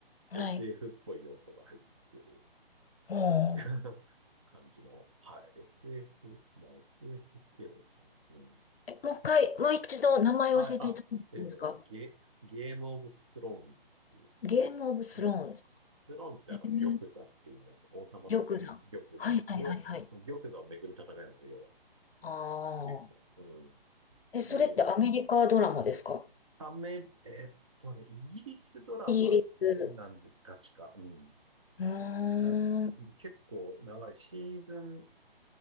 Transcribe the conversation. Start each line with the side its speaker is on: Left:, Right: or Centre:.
Left: はい。
Right: SF っぽい要素が入ってる
Left: も
Right: <laughs> 感じの、はい。SF、まあ SF って言えばいいんですかね。うん。
Left: う。え、もう一回、もう一度名前を教えていただけてんですか
Right: あ、あ、えっとね、ゲ、ゲームオブスローンズっていう、
Left: ゲームオブスローンズ。
Right: ええスローンズってあの、
Left: えー、
Right: 玉座っていう意味なんですよ。王様の椅子の玉座を、
Left: りょくさん。はい。はい。はい。はい。
Right: 玉座をめぐる戦いなんですよ、要は。
Left: ああ。
Right: 結構。うん。
Left: え、
Right: で、
Left: それってアメリカドラマですか
Right: アメ、えっとね、イギリスドラマなんです、
Left: イギリス。
Right: 確か。うん。
Left: うーん。
Right: なんですけど、もう結構長い、シーズン、